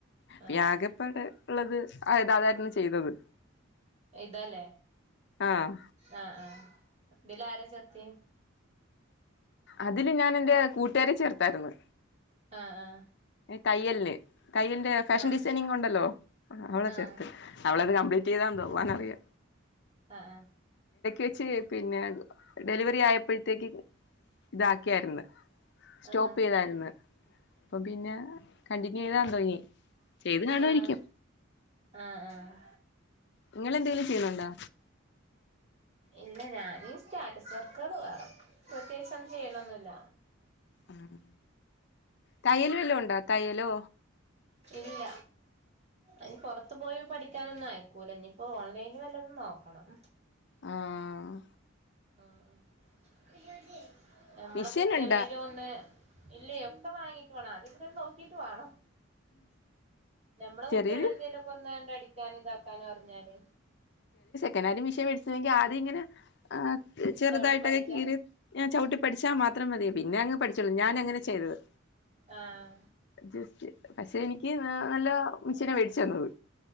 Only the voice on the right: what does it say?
ആഹ്
എയ്താല്ലേ
ആഹ് ആഹ് ഇതിലാരാ ചേർത്തിയെ?
ആഹ് ആഹ്
ആഹ്
ആഹ്
ആഹ് ആഹ്
ആഹ്
ആഹ് ആഹ് ആഹ്
ഇല്ല ഞാനീ സ്റ്റാറ്റസ് വർക്കുകൾ വേറ പ്രത്യേകിച്ചൊന്നും ചെയ്യലൊന്നൂല്ല.
ഇല്ല അയ്ന് പൊറത്തു പോയി പഠി ക്കാനൊന്നും അയക്കൂല. ഇഞിപ്പോ ഓൺലൈന് വല്ലതും നോക്കണം.
ആഹ് ആഹ് ഞമ്മളെ
കുട്ടികളേലു
ഒന്ന് ഇല്ലേ ഒക്കെ വാങ്ങീട്ട് വാണം ആദ്യം <unintelligible> നോക്കീട്ട് വാണം. ഞമ്മളെ കുട്ട്യാളെ
എന്തേലൊക്കൊന്നണ്ട് അടി ചിക്കാനും ഇതാക്കാനും അറിഞ്ഞാല്
ചവിട്ടി പഠിക്കാ
ആഹ്